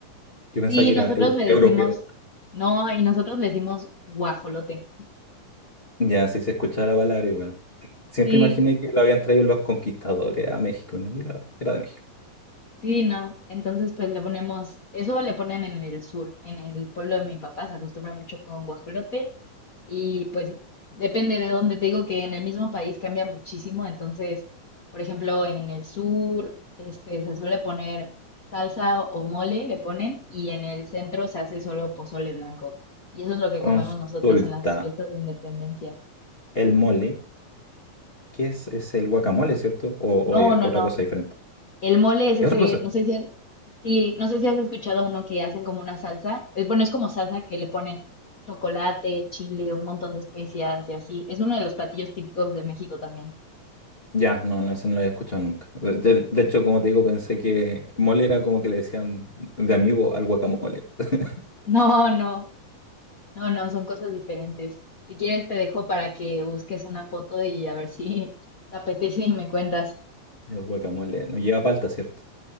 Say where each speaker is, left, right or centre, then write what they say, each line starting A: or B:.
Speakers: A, on the left (about 30°); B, on the left (about 60°).
A: Yo pensaba
B: Sí,
A: que
B: nosotros
A: era eu-
B: le
A: europeo.
B: decimos, no, y nosotros le decimos guajolote.
A: Ya, si se escuchaba la palabra igual. Siempre
B: Sí,
A: imaginé que lo habían traído los conquistadores a México, ¿no? Y era, era de México.
B: Sí, no. Entonces, pues le ponemos, eso le ponen en el sur, en el pueblo de mi papá, se acostumbra mucho con guajolote y pues depende de dónde te digo que en el mismo país cambia muchísimo. Entonces, por ejemplo, en el sur, este, se suele poner salsa o mole, le ponen, y en el centro se hace solo pozole blanco. Y eso es lo que
A: Consulta,
B: comemos nosotras en las fiestas de independencia.
A: el mole, ¿qué es? Es el guacamole, ¿cierto? O, o
B: No,
A: es
B: no,
A: otra
B: no.
A: cosa diferente.
B: El mole es ese,
A: ¿Es otra cosa?
B: no sé si, ha- sí, no sé si has escuchado uno que hacen como una salsa. Es, bueno, es como salsa que le ponen chocolate, chile, un montón de especias y así. Es uno de los platillos típicos de México también.
A: Ya, no, no, ese no lo había escuchado nunca. De, de- de hecho, como te digo, pensé que mole era como que le decían de amigo al guacamole. <laughs>
B: No, no, no, no, son cosas diferentes. Si quieres te dejo para que busques una foto y a ver si <laughs> te apetece y me cuentas.
A: El guacamole no lleva palta, ¿cierto?